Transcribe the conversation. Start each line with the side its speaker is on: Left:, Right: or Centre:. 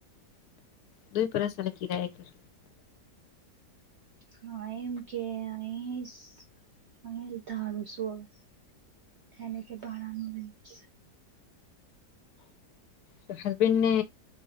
Left: દુઈ પરસા ન કિ રહ કર.
Right: હા, એમ કે અહી અહીં ધારું શું હવે? એને કે બાળ નિવ <unintelligible>
Left: તો હસબેન્ડ ને,